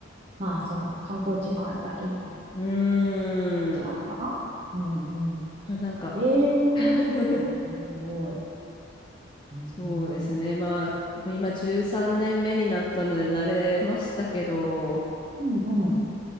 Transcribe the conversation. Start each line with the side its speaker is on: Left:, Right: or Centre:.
Right: まあ、その観光地回るだけみたいな
Left: うーん、
Right: 感じなのかな。うんうん。
Left: あ、なんか
Right: ええー、
Left: <laughs>
Right: すごい。うんうん。
Left: そうですね、まあ、今13年目になったので慣れましたけど、
Right: うんうん。